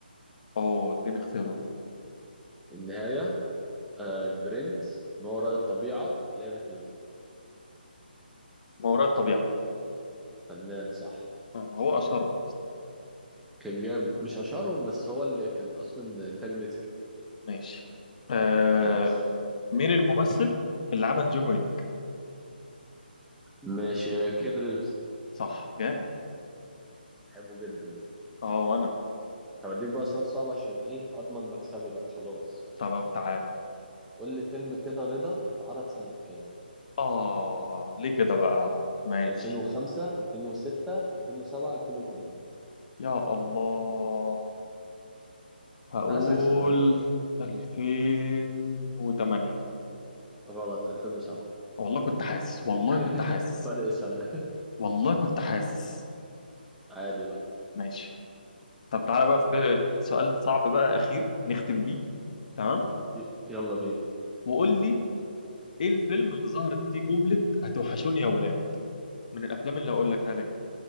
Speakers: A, on the left; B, in the centre.
A: اوه اديني اختيارات
B: النهايه آه البرنس ما وراء الطبيعه لعبه نيوتن
A: ما وراء الطبيعة
B: فنان صح
A: آه، ما هو اشهرهم اصلا
B: كان جامد مش اشهرهم بس هو اللي كان اصلا انتاج نتفليكس
A: ماشي أه...
B: ماشي
A: مين الممثل اللي عمل جون ويك
B: ماشي كين ريفز
A: صح جامد
B: بحبه جدا ده
A: اه وانا
B: طب اديك بقى سؤال صعب عشان ايه اضمن مكسبي بقى خلاص
A: طب تعال
B: قول لي فيلم كده رضا اتعرض سنه كام
A: اه ليه كده بقى ماشي
B: 2005 2006 2007 2008
A: يا الله هقول
B: انا عايز اكسب يا باشا
A: 2008
B: غلط 2007
A: والله كنت حاسس والله
B: <laughs>
A: كنت حاسس
B: فرق سنة
A: والله كنت حاسس
B: عادي بقى
A: ماشي طب تعالى بقى في سؤال صعب بقى اخير نختم بيه تمام
B: ي- يلا بينا
A: وقول لي ايه الفيلم اللي ظهرت فيه جملة هتوحشوني يا ولاد من الافلام اللي هقول لك عليها دي